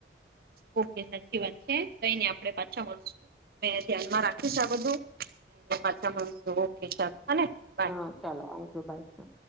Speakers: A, on the right (about 55°); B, in the centre.
A: ઓકે સાચી વાત છે કઈ નઈ આપડે પાછા મળશું મે ધ્યાનમાં રાખીશ આ બધું પાછા મળશું ઓકે ચાલો હને. બાય
B: હા ચાલો આવજો ભાઈ હ.